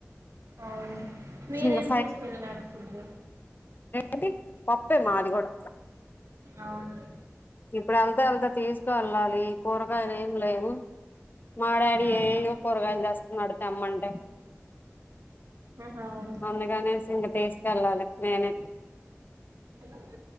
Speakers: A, on the right; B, on the left.
A: అవును మీరేం
B: ఇంకా
A: తీసుకెళ్నారు ఫుడ్
B: అంటే పప్పే మాది కూడా
A: అవునం
B: ఇప్పుడు వెళ్తా ఎళ్తా తీస్ కూ వెళ్ళాలి కూరగాయలు ఏం లేవు మాడాడి
A: ఆహా
B: ఏయో కూరగాయలు తెస్ త్నాడు తెమ్మంటే
A: ఆహా అవును
B: అందుకనేస్ ఇంక తీసుకెళ్ళాలి నేనే
A: హలో